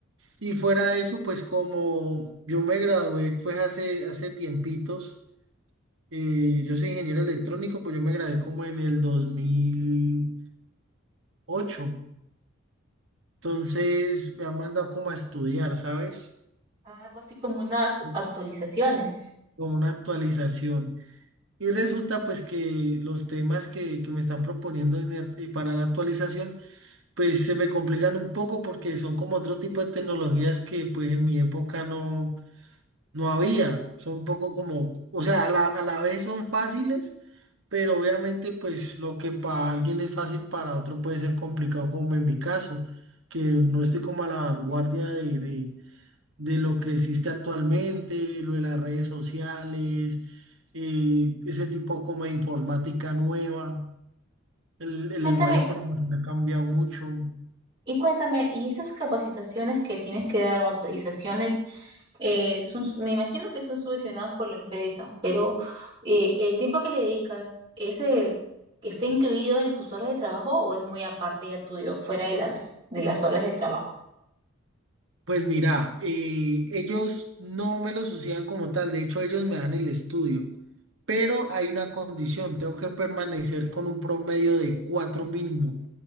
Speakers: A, on the right; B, on the right.
A: Y fuera de eso, pues como yo me gradué pues hace, hace tiempitos, eh, yo soy ingeniero electrónico, pues yo me gradué como en el dos mil Ocho. Entonces me han mandado como a estudiar, ¿sabes?
B: Algo así como unas
A: Co-
B: actualizaciones.
A: Como una actualización. Y resulta pues que los temas que, que me están proponiendo en el- y para la actualización pues se me complican un poco porque son como otro tipo de tecnologías que pues en mi época no, no había. Son un poco como, o sea, a la, a la vez son fáciles, pero obviamente pues lo que para alguien es fácil para otro puede ser complicado como en mi caso, que no estoy como a la vanguardia de de lo que existe actualmente, lo de las redes sociales, eh, ese tipo como de informática nueva. El, el
B: Cuéntame,
A: lenguaje de programación ha cambiado mucho.
B: Y cuéntame, ¿y esas capacitaciones que tienes que dar o actualizaciones, eh, son, me imagino que son subvencionadas por la empresa, pero eh, el tiempo que le dedicas, ¿ese está incluido en tus horas de trabajo o es muy aparte ya tuyo, fuera de las, de las horas de trabajo?
A: Pues mira, eh, ellos no me lo suceden como tal, de hecho ellos me dan el estudio, pero hay una condición, tengo que permanecer con un promedio de cuatro mínimo.